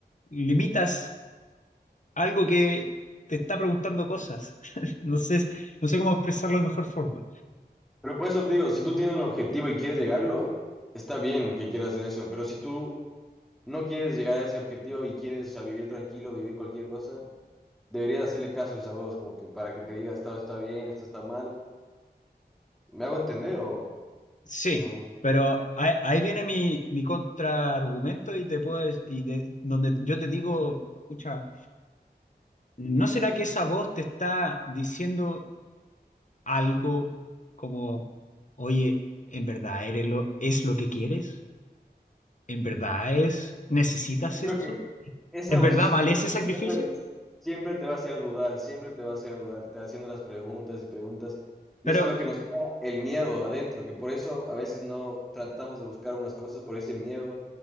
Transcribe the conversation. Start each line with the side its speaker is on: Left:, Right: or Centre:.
Left: limitas algo que te está preguntando cosas. <laughs> No sé, no sé cómo expresarlo de mejor forma.
Centre: Pero por eso te digo, si tú tienes un objetivo y quieres llegarlo, está bien que quieras hacer eso, pero si tú no quieres llegar a ese objetivo y quieres, o sea, vivir tranquilo, vivir cualquier cosa, deberías hacerle caso a esa voz, como que para que te diga, esto está bien, esto está mal. ¿Me hago entender o,
Left: Sí,
Centre: o no mucho?
Left: pero ahí, ahí viene mi, mi contraargumento y te puedo dec- y de, donde yo te digo, escucha, ¿no será que esa voz te está diciendo algo como, oye, ¿en verdad eres lo, es lo que quieres? ¿En verdad es, necesitas
Centre: Yo creo
Left: esto?
Centre: que Esa
Left: ¿En verdad
Centre: vocecita
Left: vale
Centre: de
Left: ese sacrificio?
Centre: que siempre, siempre te va a hacer dudar, siempre te va a hacer dudar, te va haciendo las preguntas y preguntas. Y
Left: Pero,
Centre: eso es lo que nos da el miedo adentro, que por eso a veces no tratamos de buscar unas cosas, por ese miedo,